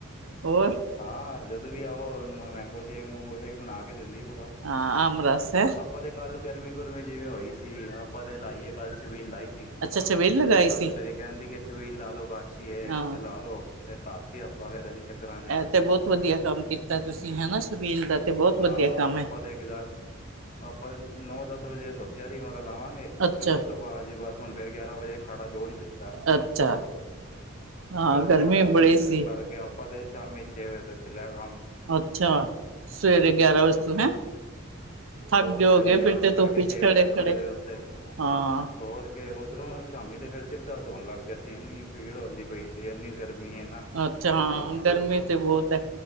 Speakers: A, on the right (about 75°); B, on the left (about 35°).
A: ਹੋਰ।
B: ਹਾਂ, ਜਦੋਂ ਵੀ ਆਓ ਮੈਂਗੋ ਸ਼ੇਕ-ਮੂੰਗੋ ਸ਼ੇਕ ਬਣਾ ਕੇ ਦਿੰਦੀ ਪੂਰਾ।
A: ਆ ਅੰਬ ਰਸ ਹੈ।
B: ਆਪਾਂ ਤੇ ਕੱਲ ਗਰਮੀ, ਗੁਰਮੀ ਜਿਵੇਂ ਹੋਈ ਸੀ ਆਪਾਂ ਤੇ ਲਾਈਏ ਕੱਲ ਛਬੀਲ ਲਾਈ ਸੀ।
A: ਅੱਛਾ ਛਬੀਲ ਲਗਾਈ
B: ਸੱਸ
A: ਸੀ।
B: ਮੇਰੀ ਕਹਿੰਦੀ ਕਿ ਸ਼ਬੀਲ ਲਾਲੋ ਕਾਸ਼ੀ ਏ
A: ਹਾਂ
B: ਤੇ ਲਾਲੋੋ ਫਿਰ ਧਰਤੀ ਆਪਾਂ ਫੇਰ ਅਸੀਂ ਚੱਕਰਾਂ 'ਚ'
A: ਇਹ ਤੇ ਬਹੁਤ ਵਧੀਆ ਕੰਮ ਕੀਤਾ ਤੁਸੀਂ ਹੈਨਾ ਛਬੀਲ ਦਾ ਤੇ ਬਹੁਤ
B: ਹਾਂ
A: ਵਧੀਆ ਕੰਮ ਹੈ।
B: <unintelligible> ਆਪਾਂ ਨੌ-ਦਸ ਵਜੇ ਸੋਚਿਆ ਸੀ ਮੈਂ ਕਿਹਾ ਲਾਵਾਂਗੇ।
A: ਅੱਛਾ,
B: ਫੇਰ ਉਸ ਤੋਂ ਬਾਅਦ ਜੀ ਬਸ ਹੁਣ ਫਿਰ ਹੁਣ ਗਿਆਰਾਂ ਵਜੇ ਖਾੜਾ ਜੋੜ ਹੀ ਦਿੱਤਾ।
A: ਅੱਛਾ! ਹਾਂ
B: ਫਿਰ
A: ਗਰਮੀ
B: ਗਿਆਰਾਂ ਵਜੇ
A: ਬੜੀ
B: ਤੋਂ
A: ਸੀ।
B: ਸ਼ੁਰੂ ਕਰਕੇ ਆਪਾਂ ਤੇ ਸ਼ਾਮੀ ਛੇ ਵਜੇ ਤੱਕ ਚੱਲਿਆ ਕੰਮ
A: ਅੱਛਾ, ਸਵੇਰੇ ਗਿਆਰਾਂ ਵਜੇ
B: ਹਮ
A: ਤੋਂ ਹੈਂ? ਥੱਕ
B: ਹੋਰ
A: ਗਏ ਹੋਗੇ
B: ਸਵੇਰੇ ਗਿਆਰਾਂ
A: ਫਿਰ ਤੇ
B: ਤੋਂ ਲੈ
A: ਧੁੱਪ
B: ਕੇ
A: ਵਿਚ
B: ਛੇ
A: ਖੜੇ-ਖੜੇ
B: ਵਜੇ ਤੱਕ ਖੜੇ ਰਹੇ ਉੱਥੇ
A: ਹਾਂ
B: ਹੋਰ ਫੇਰ ਉਧਰੋਂ ਸ਼ਾਮੀ ਤੇ ਫਿਰ ਸਿਰ ਦਰਦ ਹੋਣ ਲੱਗ ਗਿਆ ਸੀ ਇੰਨੀ ਭੀੜ ਹੁੰਂਦੀ ਪਈ ਸੀ ਇੰਨੀ ਗਰਮੀ ਹੈ ਨਾ
A: ਅੱਛਾ,
B: ਪੁੱਛਿਓ
A: ਹਾਂ
B: ਨਾ
A: ਗਰਮੀ
B: ਤੁਸੀਂ ਬਸ
A: ਤੇ ਬਹੁਤ ਹੈ।